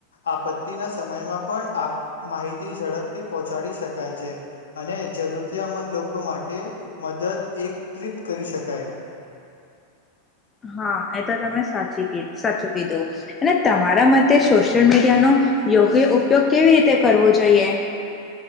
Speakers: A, on the left; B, on the left.
A: આપત્તિના સમયમાં પણ આપ માહિતી ઝડપથી પહોંચાડી શકાય છે, અને જરૂરિયામંદ લોકો માટે મદદ એકત્રિત કરી શકાય,
B: હા, એ તો તમે સાચી કી સાચું કીધું અને તમારા મતે સોશિયલ મીડિયાનો યોગ્ય ઉપયોગ કેવી રીતે કરવો જોઈએ?